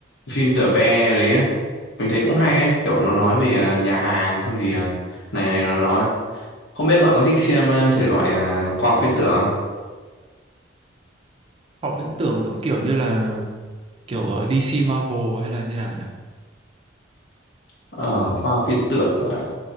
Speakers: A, on the left (about 65°); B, on the right (about 30°).
A: cái phim The Bear đấy á, mình thấy cũng hay ấy, kiểu nó nói về à, nhà hàng xong thì à, này này nó nó. Không biết bạn có thích xem à, thể loại à, khoa học viễn tưởng không?
B: họ viễn tưởng giống kiểu như là kiểu ờ, DC Marvel hay là như nào nhỉ
A: Ờ, khoa học viễn tưởng à,